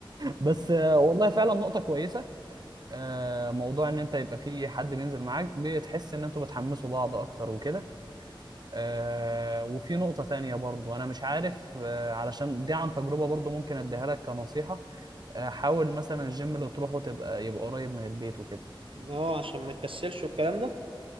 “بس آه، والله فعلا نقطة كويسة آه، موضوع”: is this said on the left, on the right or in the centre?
Right